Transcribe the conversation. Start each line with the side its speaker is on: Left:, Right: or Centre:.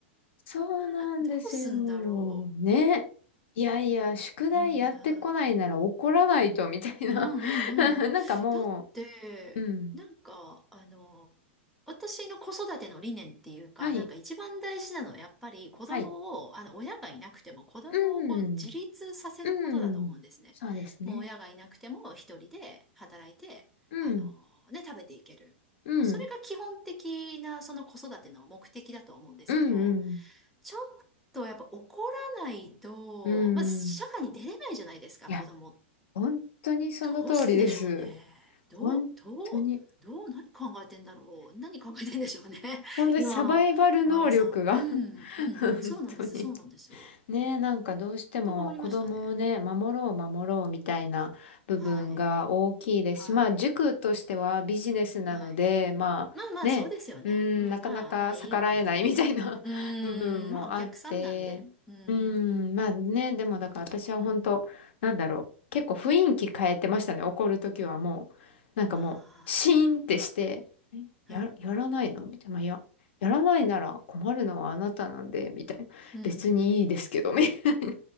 Left: そうなんですよ。
Centre: なあ。どうすんだろ
Left: ね。いやいや、宿題やってこないなら怒らないと、
Centre: う。いやー
Left: みたいな。
Centre: うん
Left: <laughs>
Centre: うんうん。
Left: なんかも
Centre: だって、
Left: う、うん。
Centre: なんか、あの、私の子育ての理念っていうか、
Left: はい、
Centre: なんか一番大事なのはやっぱり子供を、
Left: はい。
Centre: あの、親がいなくても子供をこう自立させることだと思うんですね。
Left: うん、うん。そうですね。
Centre: もう親がいなくても一人で働いて、
Left: うん、
Centre: あの、ね、食べていける。
Left: うん、
Centre: もうそれが基本的なその子育ての目的だと思うんですけど、
Left: うん、うん。
Centre: ちょっとやっぱ怒らないと、
Left: うん。
Centre: まず社会に出れないじゃないですか、
Left: いや、
Centre: 子供って
Left: 本当にその通りです。
Centre: どうすんでしょうね。どう、
Left: 本当に。
Centre: どう、どう、何考えてんだろう。何考えてんでしょうね。
Left: 本当にサバイバル能力が
Centre: <laughs> 今の親御さん。うん、
Left: <laughs>
Centre: うん、
Left: 本当に
Centre: うん。そうなんです。そうなんですよ。
Left: ねえ、なんかどうしても子供をね、
Centre: と困りましたね。うん。
Left: 守ろう守ろうみたいな部分が大きいですし、
Centre: はい。はい。
Left: まあ塾としてはビジネスなので、
Centre: はい。
Left: まあね、
Centre: まあまあ、そうですよね。
Left: うーん、
Centre: うん。
Left: なかなか逆らえない
Centre: まあまあ、いいよ、みたいなね。
Left: <laughs> みたいな
Centre: うーん。
Left: <laughs> 部分もあって、
Centre: まあ、お客さんなんで。うん、
Left: うーん、
Centre: うん、うん。
Left: まあね、でもだから私は本当、
Centre: うん。
Left: なんだろう、結構雰囲気変えてましたね、怒るときはもう。なんかもう、
Centre: あ
Left: シーンってして、え、や、
Centre: あ。うん。
Left: やらないのみたいな、まあ、や、やらないなら困るのはあなたなんで、みたいな。
Centre: うん、
Left: 別にいいですけど、
Centre: うん。
Left: みたいな